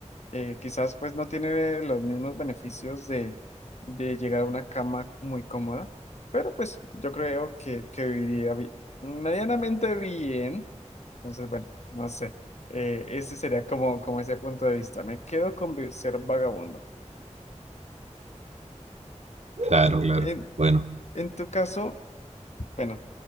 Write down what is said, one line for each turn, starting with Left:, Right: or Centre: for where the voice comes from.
Left: Eh, quizás pues no tiene los mismos beneficios de, de llegar a una cama muy cómoda, pero pues yo creo que, que viviría bi- medianamente bien. Entonces, bueno, no sé. Eh, ese sería como, como ese punto de vista. Me quedo con vi- ser vagabundo.
Right: Claro, claro.
Left: En,
Right: Bueno,
Left: en tu caso, Bueno,